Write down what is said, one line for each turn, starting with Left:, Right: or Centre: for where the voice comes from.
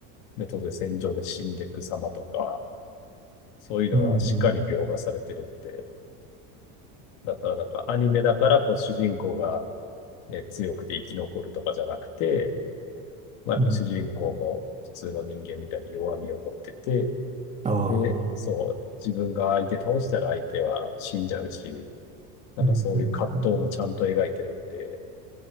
Left: ね、当然戦場で死んでいく様とか、そういうのはしっかり描画されてるんで、
Right: うんうん
Left: だからなんかアニメだから、こう、主人公がね、強くて生き残るとかじゃなくて、まあ、やっぱ主人公も普通の人間みたいに弱みを持ってて、
Right: うん。ああ、
Left: で、そう、自分が相手倒したら相手は死んじゃうし、なんかそういう葛藤もちゃんと描いてるんで、
Right: うんうんうん。